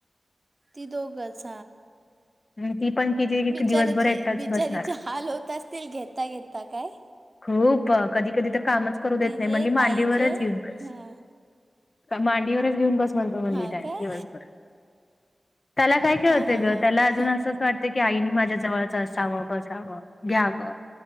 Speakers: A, on the right (about 40°); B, on the left (about 50°).
A: ती दोघंच.
B: अन् ती पण किती
A: बिचाराचे
B: दिवसभर एकटाच
A: बिचारीचे
B: बसणार.
A: हाल होत असतील घेता घेता काय
B: खूप कधी कधी तर कामच करू
A: तिचे
B: देत नाही म्हणली
A: ताईचे
B: मांडीवरच घेऊन बस
A: हां
B: मांडीवरच घेऊन बस म्हणतो म्हणली
A: हां
B: त्या
A: काय
B: दिवसभर त्याला काय खेळतं
A: हां हां
B: ग.
A: हां
B: त्याला अजून असंच वाटतं की आईनी माझ्या जवळच असावं बसावं घ्यावं.